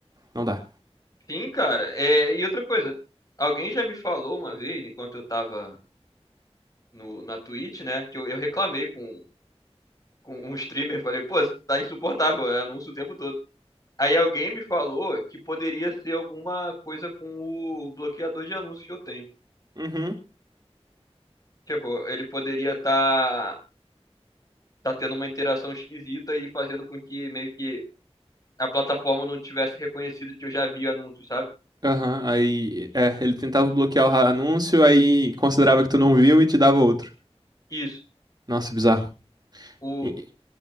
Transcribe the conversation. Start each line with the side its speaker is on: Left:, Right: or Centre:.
Right: Não dá.
Left: Sim, cara. É, e outra coisa, alguém já me falou uma vez, enquanto eu tava no, na Twitch, né? Que eu, eu reclamei com, com um streamer, falei, pô, tá insuportável, é anúncio o tempo todo. Aí alguém me falou que poderia ser alguma coisa com o bloqueador de anúncios que eu tenho.
Right: Uhum.
Left: Tipo, ele poderia estar tá tendo uma interação esquisita e fazendo com que meio que a plataforma não tivesse reconhecido que eu já vi anúncio, sabe?
Right: Aham, aí é, ele tentava bloquear o ra- anúncio, aí considerava que tu não viu e te dava outro.
Left: Isso.
Right: Nossa, bizarro.
Left: O...
Right: E-